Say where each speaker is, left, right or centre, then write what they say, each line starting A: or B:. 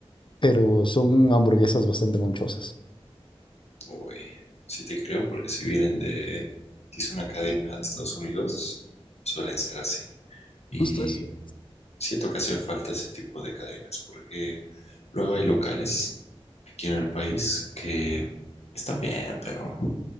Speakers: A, on the left; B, on the left.
A: pero son hamburguesas bastante monchosas.
B: Uy, sí te creo, porque si vienen de, si es una cadena de Estados Unidos, suelen ser así. Y
A: Justo eso.
B: siento que hacen falta ese tipo de cadenas, porque luego hay locales aquí en el país que están bien, pero,